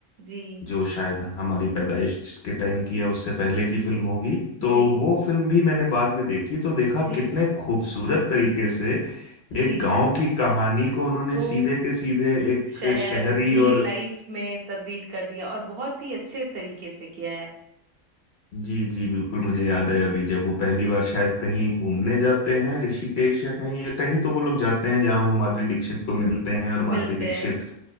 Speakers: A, on the right; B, on the left.
A: जी
B: जो शायद हमारी पैदाइश के टाइम की या उससे पहले की फिल्म होगी तो
A: जी
B: वो फिल्म भी मैंने बाद में देखी तो देखा
A: जी
B: कितने खूबसूरत तरीके से
A: जी
B: एक गांव की कहानी को उन्होंने
A: को
B: सीधे के सीधे एक
A: शहर
B: शहरी
A: की
B: और
A: लाइफ में तब्दील कर दिया और बहुत ही अच्छे तरीके से किया है
B: जी जी बिल्कुल मुझे याद है अभी जब वो पहली बार शायद कहीं घूमने जाते हैं ऋषिकेश या कहीं या कहीं तो वो लोग जाते हैं जहां वो माधुरी दीक्षित को मिलते हैं और
A: मिलते
B: माधुरी दीक्षित
A: हैं